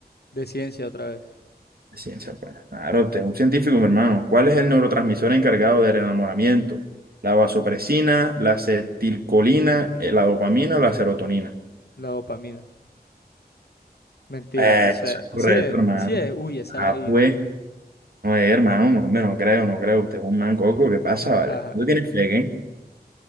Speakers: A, on the left (about 75°); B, on the right (about 65°).
A: de ciencia otra vez.
B: De ciencia, pues. Claro, usted es un científico, mi hermano. ¿Cuál es el neurotransmisor encargado del enamoramiento? ¿La vasopresina, la acetilcolina, eh, la dopamina o la serotonina?
A: La dopamina. Mentira,
B: Eh,
A: no sé.
B: Eso es correcto,
A: Sí es,
B: hermano.
A: sí es. Uy, esa
B: Ah,
A: la adiviné.
B: pues. No, eh, hermano, no, hombre, no creo, no creo. Usted es un man coco ¿qué pasa,
A: Ajá.
B: vale? No tienes
A: <laughs>
B: fe, ¿eh?